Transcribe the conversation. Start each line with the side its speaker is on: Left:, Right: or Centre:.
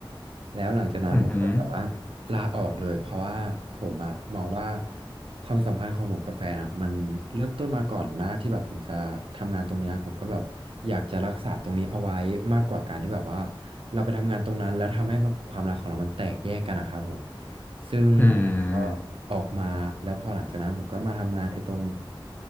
Right: แล้วหลังจากนั้นผมก็แบบว่า
Left: หืม
Right: ลาออกเลยเพราะว่าผมอะมองว่าความสัมพันธ์ของผมกับแฟนอะมันเริ่มต้นมาก่อนหน้าที่แบบผมจะทำงานตรงเนี้ยผมก็แบบอยากจะรักษาตรงนี้เอาไว้มากกว่าการที่แบบว่าเราไปทำงานตรงนั้นแล้วทำให้แบบความรักของเรามันแตกแยกกันอะครับผม ซึ่ง
Left: ออืมอหืม
Right: ก็ออกมาแล้วพอหลังจากนั้นผมก็มาทำงานไอ้ตรง